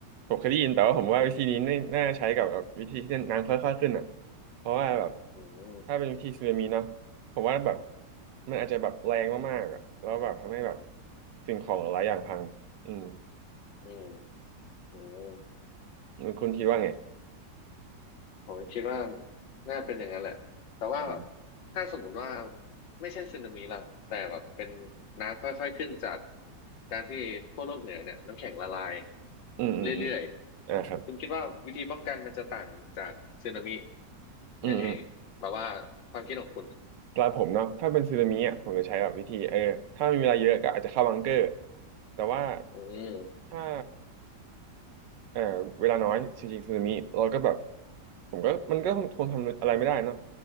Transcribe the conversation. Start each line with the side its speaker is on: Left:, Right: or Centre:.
Right: ผมเคยได้ยินแต่ว่าผมว่าวิธีนี้น่าน่าใช้กับแบบวิธีที่น้ำค่อยๆขึ้นอ่ะ
Left: อืม
Right: เพราะว่าแบบ
Left: อืม
Right: ถ้าเป็นวิธีสึนามิเนาะผมว่าแบบมันอาจจะแบบแรงมากๆอ่ะแล้วแบบทำให้แบบสิ่งของหลายอย่างพังอืม
Left: อืมอืม
Right: คุณคิดว่าไง
Left: ผมคิดว่าน่าเป็นอย่างนั้นแหละ แต่ว่าแบบ
Right: อืม
Left: ถ้าสมมุติว่า ไม่ใช่สึนามิล่ะแต่แบบเป็นน้ำค่อยๆขึ้นจากการที่ขั้วโลกเหนือเนี่ยน้ำแข็งละลาย
Right: อืมอืมอืม
Left: เรื่อยๆคุณคิดว่าวิธีป้องกันมันจะต่างจากสึนามิ
Right: อ่าครับอืมอืม
Left: ยังไงแบบว่าความคิดของคุณ
Right: สำหรับผมเนาะถ้าเป็นสึนามิอ่ะผมจะใช้แบบวิธีเออถ้ามีเวลาเยอะก็อาจจะเข้าบังเกอร์แต่ว่า
Left: อืม
Right: ถ้า เอ่อเวลาน้อยจริงๆสึนามิเราก็แบบผมก็มันก็คงทำอะไรไม่ได้เนาะ